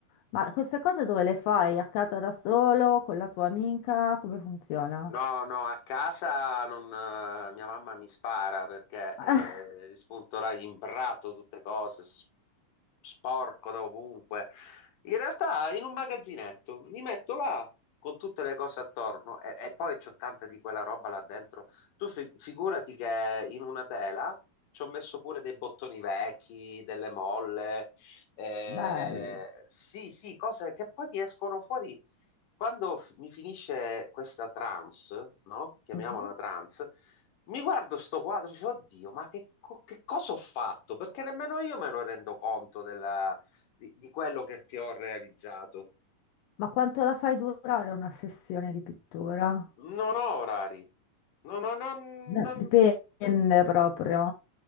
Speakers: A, on the left; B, on the left.
A: Ma queste cose dove le fai? A casa da solo, con la tua amica? Come funziona?
B: No, no, a casa non, eh, mia mamma mi spara perché
A: <laughs>
B: eh, spunto là, gli imbrato tutte cose, s- sporco da ovunque. In realtà in un magazzinetto mi metto là con tutte le cose attorno e, e poi c'ho tanta di quella roba là dentro. Tu fi- figurati che in una tela ci ho messo pure dei bottoni vecchi, delle molle, eh,
A: Ah, bello.
B: sì, sì, cose che poi mi escono fuori quando f- mi finisce questa trance, no? Chiamiamola
A: Mhm.
B: trance, mi guardo sto quadro e dico, oddio, ma che, co- che cosa ho fatto? Perché nemmeno io me ne rendo conto della- di, di quello che, che ho realizzato.
A: Ma quanto la fai durare una sessione di pittura?
B: Non ho orari. No, no, no, non-
A: Ne- Dipende proprio.